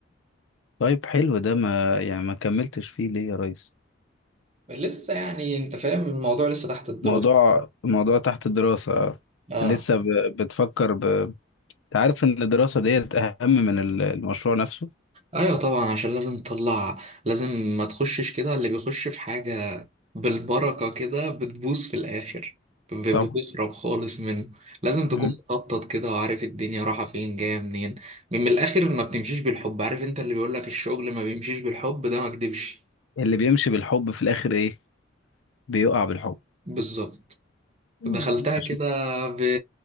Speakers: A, on the left; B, on the right.
A: طيب حلو ده ما يعني ما كملتش فيه ليه يا ريس
B: لسه يعني انت فاهم الموضوع لسه تحت الدراسة
A: موضوع موضوع تحت الدراسة آه.
B: اه
A: لسه ب... بتفكر ب... انت عارف ان الدراسة ديت اهم من ال- المشروع نفسه
B: ايوه طبعا عشان لازم تطلع لازم ما تخشش كده اللي بيخش في حاجة بالبركة كده بتبوظ في الاخر ب- بتخرب
A: طبعا
B: خالص منه لازم تكون
A: مم.
B: مخطط كده وعارف الدنيا رايحة فين جاية منين من الاخر ما بتمشيش بالحب عارف انت اللي بيقولك الشغل ما بيمشيش بالحب ده ما كدبش
A: اللي بيمشي بالحب في الاخر ايه بيقع بالحب
B: بالظبط
A: مم.
B: دخلتها
A: عشان
B: كده ب...